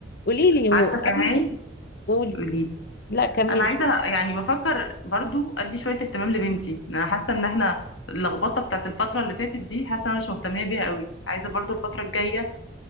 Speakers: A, on the left; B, on the left.
A: قولي لي هو
B: عارفه
A: قبل
B: كمان
A: ما قولي
B: قولي لي
A: لا كملي
B: انا عايزه يعني بفكر برضو ادي شويه اهتمام لبنتي انا حاسه ان احنا اللخبطه بتاعت الفتره اللي فاتت دي حاسه انا مش مهتميه بيها قوي عايزه برضو الفتره الجايه